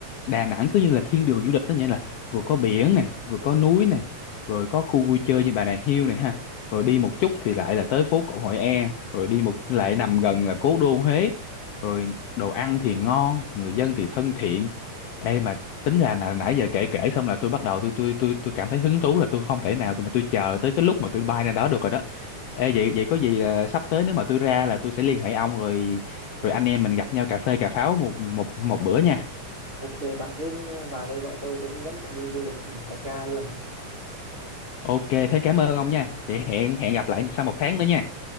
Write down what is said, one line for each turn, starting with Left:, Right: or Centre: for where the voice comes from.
Left: Đà Nẵng cứ như là thiên đường du lịch đó nhỉ là vừa có biển này vừa có núi này rồi có khu vui chơi như Bà Nà Hills này ha rồi đi một chút thì lại là tới phố cổ Hội An rồi đi một lại nằm gần là cố đô Huế rồi đồ ăn thì ngon người dân thì thân thiện ê mà tính ra là nãy giờ kể kể xong là tôi bắt đầu tôi tôi tôi tôi cảm thấy hứng thú là tôi không thể nào tôi mà tôi chờ tới cái lúc mà tôi bay ra đó được rồi đó ê vậy vậy có gì là sắp tới nếu mà tôi ra là tôi sẽ liên hệ ông rồi rồi anh em mình gặp nhau cà phê cà pháo một một một bữa nha
Right: Ok, bạn cứ ờ, vào đây gọi tôi, tôi sẽ dẫn bạn đi du lịch Tẹt Ga luôn.
Left: Ok, thế cảm ơn ông nha. Vậy hẹn hẹn gặp lại sau một tháng nữa nha.